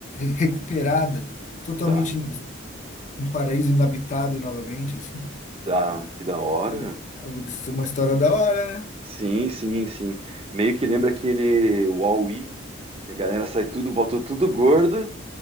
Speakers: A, on the left (about 35°); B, on the right (about 30°).
A: recuperada, totalmente
B: tá.
A: um paraíso inabitado novamente, assim.
B: Tá, que da hora.
A: É uma, é uma uma história da hora, né?
B: Sim, sim, sim. Meio que lembra aquele Wall-E, que a galera sai tudo, volta tudo gordo.